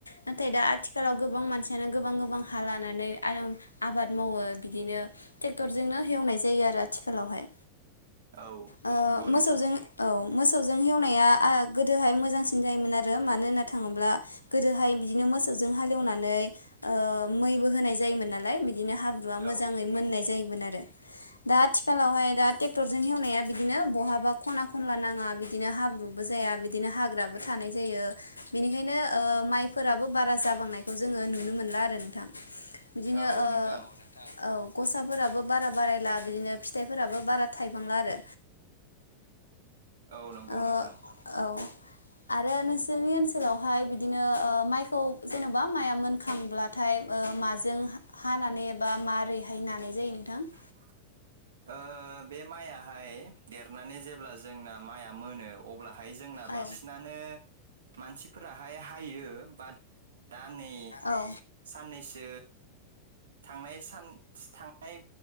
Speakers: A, on the left; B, on the right.
A: नाथाय दा आथिखालाव गोबां मानसियानो गोबां गोबां हा लानानै आरो आबाद मावो बिदिनो ट्रेक्टरजोंनो हेवनाय जायो आरो आथिखालावहाय।
B: औ
A: ओ
B: नंगौ
A: मोसौजों
B: नोंथां।
A: औ मोसौजों हेवनाया आ गोदोहाय मोजांसिन जायोमोन आरो मानो होनना थाङोब्ला गोदोहाय बिदिनो मोसौजों हालएवनानै ओ मै बो होनाय जायोमोन नालाय। बिदिनो हाब्रुवा मोजाङै
B: औ
A: मोननाय जायो आरो दा आथिखालाव हाय दा ट्रेकटरजों हेवनाया बिदिनो बहाबा खना खनला नाङ ङा बिदिनो हाब्रुबो जाया बिदिनो हाग्राबो थानाय जायो बेनिखायनो ओ माइफोराबो बारा जाबांनायखौ जोङो नुनो मोनला आरो नोंथां बिदिनो
B: औ
A: ओ
B: नोंथां
A: औ। गसाफोराबो बारा बारायला बिदिनो फिथाइफोराबो बारा थायबांला आरो।
B: औ नंगौ
A: ओ
B: नोंथां।
A: औ आरो नोंसोरनि ओनसोलावहाय बिदिनो ओ माइखौ जेन'बा माइआ मोनखांब्लाथाय ओ माजों हानानै एबा मारैहाय नानाय जायो नोंथां?
B: <inaudible> ओ बे माइयाहाय देरनानै जेब्ला जोंना माइआ मोनो अब अब्लाहाय जोंना
A: औ
B: बांसिनानो मानसिफोराहाय हायो बाट दा नै
A: औ
B: साननै सो थांनाय सान थांनाय